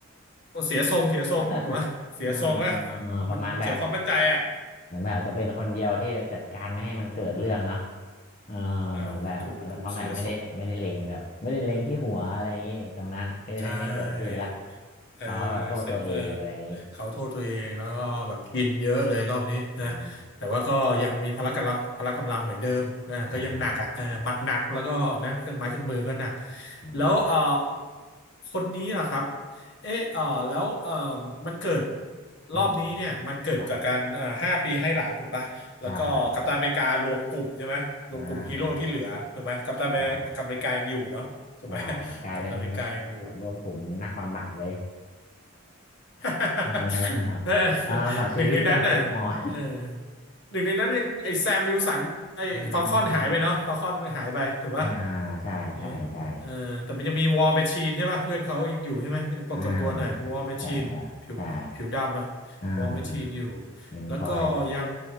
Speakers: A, on the left; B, on the left.
A: ก็เสียทรงเสียทรงถูกไหมเสียทรงอ่ะ
B: <laughs> อ่าอ่าอ่าประมาณแบบ
A: มันเสียความมั่นใจอ่ะ
B: เหมือนแบบจะเป็นคนเดียวที่จัดการไม่ให้มันเกิดเรื่องเนาะเออเหมือนแบบแล้วเขาแบบไม่ได้ไม่ได้เล็งแบบไม่ได้เล็งที่หัวอะไรอย่างงี้ไอ้ตรงนั้นก็จะได้ไม่เกิดขึ้นละ
A: <laughs> อ่าถูกถูกเสียทรงเลย ใช่เออ
B: เขาก็แบบโทษตัวเองอะไรอย่างงี้
A: เซเออเขาโทษตัวเองแล้วก็แบบกินเยอะเลยรอบนี้นะ
B: อ๋อ
A: แต่ว่าก็ยังมีพละกำลังพละกำลังเหมือนเดิมนะก็ยังหนักอ่ะเออหมัดหนักแล้วก็นะเครื่องไม้เครื่องมือก็หนัก
B: อ่าใช่อ๋อ
A: แล้วเออคนนี้ล่ะครับเออเออแล้วเออมันเกิด
B: อืมอืม
A: รอบนี้เนี่ยมันเกิดจากการเอ่อห้าปีให้หลังถูกปะแล้วก็กัปตันอเมริการวมกลุ่มใช่ไหมรวมกลุ่มฮีโร่ที่เหลือถูกไหมกัปตันอเมริกัปตันอเมริกายังอยู่เนาะถูกไหม
B: ครับใช่ใช่อ่าอ่าใช่ใช่กลายเป็น
A: กัปตันอเมริกายังอยู่
B: แบบรวมกลุ่มนักบำบัดเลย <laughs>
A: <laughs>
B: เอออ่าแบบชีวิตต้องมุมออน
A: เออหนึ่งในนั้นน่ะเออหนึ่งในนั้นยังไอแซมวิลสันไอฟอลคอนหายไปเนาะฟอลคอนมันหายไปถูกปะ
B: อ่าอ่าอ่า อ่าใช่ใช่ใช่
A: เออเออแต่มันยังมีวอ r m แมชชีนใช่ป่ะเพื่อนเขายังอยู่ใช่ไหมปรากฏตัวหน่อยวอ
B: อ่า
A: r m แมชชีนผิวผิวดำอะ
B: ใช่ใช่ใช่อ่า
A: วอ r m แมชชีนอยู่
B: ยังคอยแบบ
A: แล้วก็ยัง